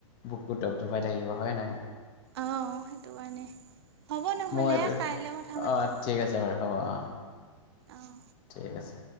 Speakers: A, on the left (about 30°); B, on the right (about 50°).
A: বুকো দপঢপাই থাকিব হয় নাই?
B: অঁ সেইটো কাৰণে হ'ব নহ'লে
A: মইতো
B: কাইলৈ কথা পাতিম
A: অ', ঠিক আছে বাৰু। হ'ব অ',
B: অঁ
A: ঠিক আছে।